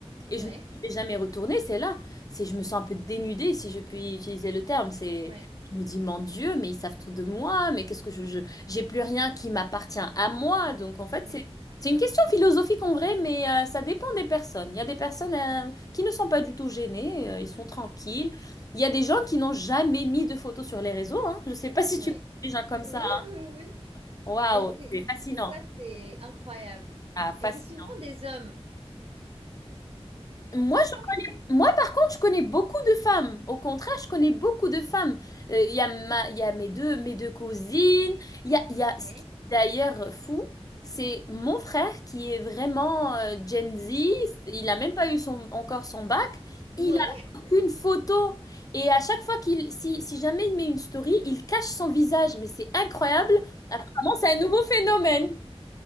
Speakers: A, on the left; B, on the right.
A: et
B: Mhm.
A: je
B: Ouais,
A: ne vais jamais retourner, c'est là. C'est, je me sens un peu dénudée, si je puis utiliser le terme. C'est,
B: ouais,
A: je me dis, mon Dieu, mais ils savent tout de moi, mais qu'est-ce que je, je- j'ai plus rien qui m'appartient à moi. Donc, en fait,
B: oui,
A: c'est c'est une question philosophique en vrai, mais euh, ça dépend des personnes. Il y a des personnes euh, qui ne sont pas du tout gênées, euh, ils sont tranquilles. Il y a des gens qui n'ont jamais mis de photos sur les réseaux. hein. Je ne sais pas si
B: ouais,
A: tu connais des gens comme ça.
B: oui,
A: hein.
B: oui, oui.
A: Waouh,
B: Mais c'est,
A: c'est fascinant.
B: c'est- ça, c'est incroyable.
A: Ah, fascinant.
B: Et c'est souvent des hommes.
A: Moi,
B: C'est souvent les...
A: Moi, par contre, je connais beaucoup de femmes. Au contraire, je connais beaucoup de femmes. Euh, Il y a ma, il y a mes deux, mes deux cousines. Il y a, il y a ce
B: Ouais.
A: qui est d'ailleurs fou, c'est mon frère qui est vraiment euh, Gen Z. Il n'a même pas eu son, encore son bac. Il
B: Ouais.
A: a aucune photo. Et à chaque fois qu'il, si, si jamais il met une story, il cache son visage. Mais c'est incroyable. Apparemment, c'est un nouveau phénomène.